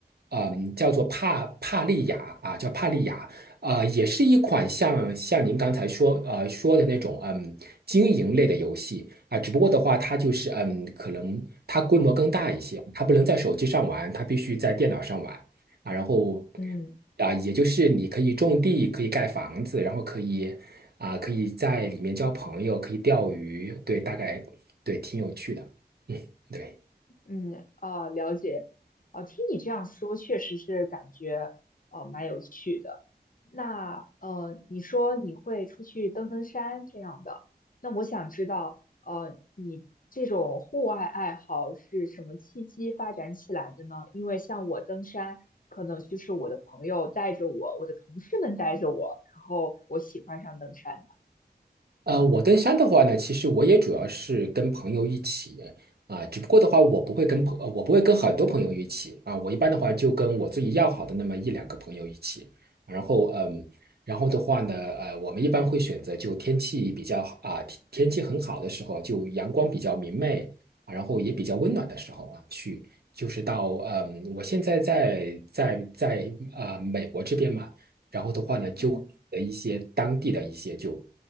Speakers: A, on the right; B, on the left.
A: 嗯，叫做帕帕利亚啊，叫帕利亚啊，也是一款像像您刚才说呃说的那种嗯经营类的游戏啊，只不过的话，它就是嗯，可能它规模更大一些，它不能在手机上玩，它必须在电脑上玩。啊，然后
B: 嗯。
A: 啊，也就是你可以种地，可以盖房子，然后可以啊，可以在里面交朋友，可以钓鱼，对，大概对，挺有趣的，嗯，对。
B: 嗯啊，了解。哦，听你这样说，确实是感觉哦蛮有趣的。那呃，你说你会出去登登山这样的，那我想知道，呃，你这种户外爱好是什么契机发展起来的呢？因为像我登山，可能就是我的朋友带着我，我的同事们带着我，然后我喜欢上登山的。
A: 呃，我登山的话呢，其实我也主要是跟朋友一起啊，只不过的话，我不会跟朋，呃我不会跟很多朋友一起啊，我一般的话就跟我自己要好的那么一两个朋友一起，然后嗯，然后的话呢，呃，我们一般会选择就天气比较好啊，天天气很好的时候，就阳光比较明媚啊然后也比较温暖的时候啊，去就是到嗯，我现在在在在啊、美国这边嘛，然后的话呢，就的一些当地的一些就。
B: 嗯。